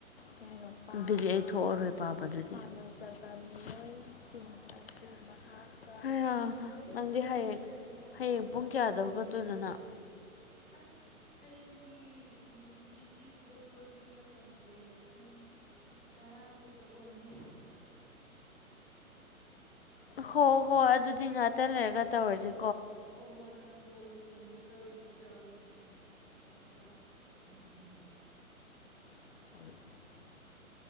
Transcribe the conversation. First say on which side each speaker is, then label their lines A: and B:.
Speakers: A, on the left (about 40°); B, on the left (about 15°).
A: ꯀꯩ ꯍꯥꯏꯅꯣ ꯄꯥ ꯕꯤꯔꯤ ꯑꯩ ꯊꯣꯛꯑꯔꯣꯏ ꯄꯥꯕ ꯑꯗꯨ ꯑꯃꯥꯖꯕ ꯃꯤꯑꯣꯏꯁꯤꯡ ꯑꯗꯨ ꯃꯍꯥꯛꯀ
B: ꯍꯣ
A: ꯅꯪꯗꯤ
B: ꯅꯪ
A: ꯍꯌꯦꯡ
B: ꯀꯩꯅꯣ
A: ꯍꯌꯦꯡ ꯄꯨꯡ ꯀꯌꯥꯗꯧꯒꯠꯇꯣꯏꯅꯣ ꯅꯪ꯫
B: ꯑꯁ ꯑꯩꯒꯤ ꯅꯨꯡꯇꯤꯒꯤ ꯍꯧꯒꯠꯄꯒꯤ ꯃꯇꯝꯁꯦ ꯄꯨꯡ ꯇꯔꯥꯁ ꯍꯦꯛꯇ ꯑꯣꯏꯅꯦ
A: ꯍꯣ ꯍꯣ ꯑꯗꯨꯗꯤ ꯉꯥꯛꯇ ꯂꯩꯔꯒ ꯇꯧꯔꯖꯦ꯫
B: ꯍꯣꯏ ꯍꯣꯏ ꯅꯪ ꯕꯣꯜ ꯌꯦꯡꯊꯣꯛꯆꯔꯣꯏ ꯌꯦꯡꯊꯣꯛꯆꯔꯣꯏ ꯎꯝ ꯎꯝ ꯊꯝꯃꯣ ꯊꯝꯃꯣ꯫ ꯎꯝ ꯎꯝ ꯎꯝ
A: <unintelligible>